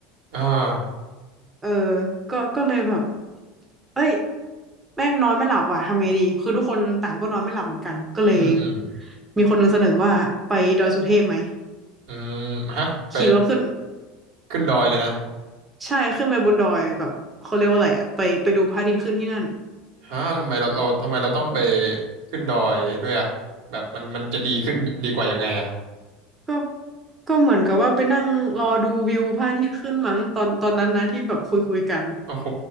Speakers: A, on the right (about 65°); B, on the right (about 20°).
A: อ่า
B: เออก็ก็เลยแบบเอ้ยแม่งนอนไม่หลับว่ะทำไงดีคือทุกคนต่างก็นอนไม่หลับเหมือนกันก็เลย
A: อืมอืม
B: มีคนหนึ่งเสนอว่าไปดอยสุเทพไหม
A: อืมฮะไป
B: ขี่รถขึ้น
A: ขึ้นดอยเลยนะ
B: ใช่ขึ้นไปบนดอยแบบเขาเรียกว่าอะไรอะไปไปดูพระอาทิตย์ขึ้นที่นั่น
A: ฮะทำไมเราเราทำไมเราต้องไปขึ้นดอยด้วยอ่ะแบบมันมันจะดีขึ้นดีกว่ายังไงอ่ะ
B: ก็ก็เหมือนกับว่าไปนั่งรอดูวิวพระอาทิตย์ขึ้นมั้งตอนตอนนั้นนะที่แบบคุยคุยกัน
A: โอ้โห